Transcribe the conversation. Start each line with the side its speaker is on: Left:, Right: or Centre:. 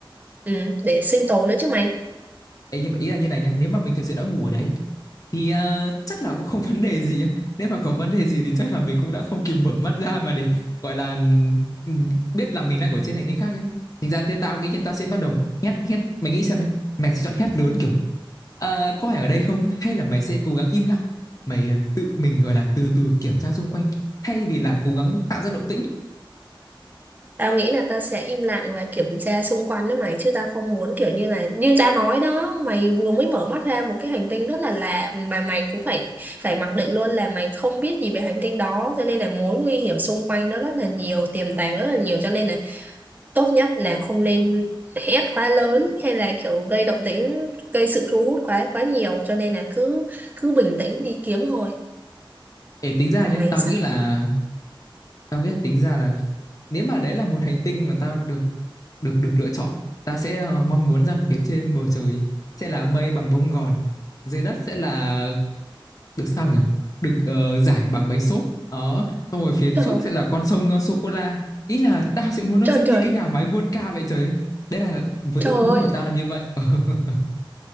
Right: ừm, để sinh tồn nữa chứ mày
Left: Ê, nhưng mà ý là như này nhá nếu mà mình thực sự đã ngủ ở đấy thì ờ, chắc là cũng không <laughs> vấn đề gì á nếu mà có vấn đề gì thì chắc là mình cũng đã không kịp mở mắt ra mà để gọi là ừ, biết là mình đang ở trên hành tinh khác ấy thành ra tên tao nghĩ nhân tao sẽ bắt đầu hét hét mày nghĩ xem nhá mày sẽ chọn hét lớn kiểu "Ờ, có ai ở đây không hay là mày sẽ cố gắng im lặng mày ờ, tự mình gọi là từ từ kiểm tra xung quanh thay vì là cố gắng tạo ra động tĩnh
Right: tao nghĩ là ta sẽ im lặng và kiểm tra xung quanh đó mày chứ tao không muốn kiểu như là như tao nói đó mày vừa mới mở mắt ra một cái hành tinh rất là lạ mà mày cũng phải phải mặc định luôn là mày không biết gì về hành tinh đó cho nên là mối nguy hiểm xung quanh nó rất là nhiều tiềm tàng rất là nhiều cho nên là tốt nhất là không nên hét quá lớn hay là kiểu gây động tĩnh gây sự thu hút quá quá nhiều cho nên là cứ cứ bình tĩnh đi kiếm thôi
Left: để tính ra
Right: còn
Left: nhá
Right: mày
Left: tao
Right: sao
Left: nghĩ là tao nghĩ là tính ra là nếu mà đấy là một hành tinh mà tao được được được lựa chọn tao sẽ ờ, mong muốn rằng phía trên bầu trời sẽ là mây bằng bông gòn dưới đất sẽ là được sao nhỉ được ờ, giải bằng bánh xốp đó xong rồi phía
Right: trời
Left: trước
Right: ơi,
Left: sẽ là con sông ờ, sô cô la ý là tao sẽ muốn nó
Right: trời
Left: giống
Right: trời
Left: như cái nhà máy World Cup vậy trời ơi. đấy là với
Right: trời
Left: ước muốn
Right: ơi
Left: của tao là như vậy <laughs>